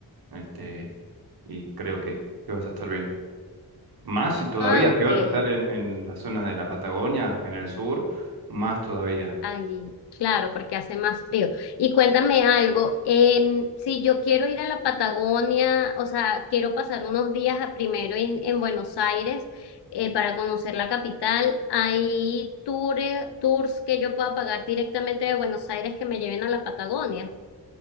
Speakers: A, on the right; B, on the left.
A: este, y creo que, que vas a estar bien. Más si todavía,
B: Ah, ok.
A: si vas a estar en, en la zona de la Patagonia, en el sur, más todavía.
B: Allí, claro, porque hace más frío. Y cuéntame algo, em, si yo quiero ir a la Patagonia, o sea, quiero pasar unos días a- primero en, en Buenos Aires eh, para conocer la capital, ¿hay tours, tours que yo pueda pagar directamente de Buenos Aires que me lleven a la Patagonia?